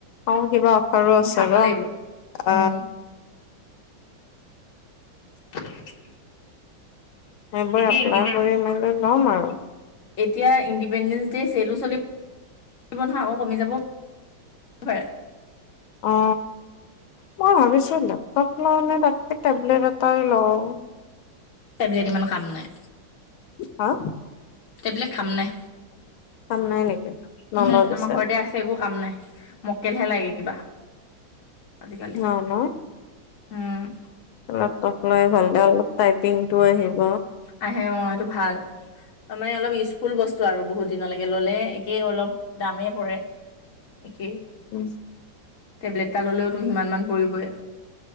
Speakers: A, on the left; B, on the left.
A: অ কিবা অফাৰো
B: মই
A: আছে
B: চাব
A: ৰ,
B: লাগিব উম
A: অ।
B: <inaudible>
A: সেইবোৰ
B: এতিয়া
A: এপ্লাই
B: ইণ্ডিপে
A: কৰি মেলি ল'ম আৰু
B: এতিয়া ইণ্ডিপেণ্ডেন্ট ডে চেলো চলিব- ব নহয় আকৌ কমি যাব পাৰে।
A: অ মই ভাবিছো লেপটপ লওঁ নে তাতকে টেবলেট এটাই লওঁ।
B: টেবলেট ইমান কাম নাই।
A: হা।
B: টেবলেট কাম নাই।
A: কাম নাই নেকি নলও
B: উহু
A: পিছে।
B: আমাৰ ঘৰতে আছে একো কাম নাই মকেলহে লাগে কিবা আজিকালি।
A: ন ন
B: উম।
A: লেপটপ লৈ ভালকে অলপ টাইপিং টো আহিব।
B: আহে অ এইটো ভাল। ত মানে অলপ ইউজফুল বস্তু আৰু বহুত দিনলৈকে ল'লে একে অলপ দামেই পৰে। একেই।
A: উম।
B: টেবলেট এটা ল'লেওতো সিমান পৰিবই।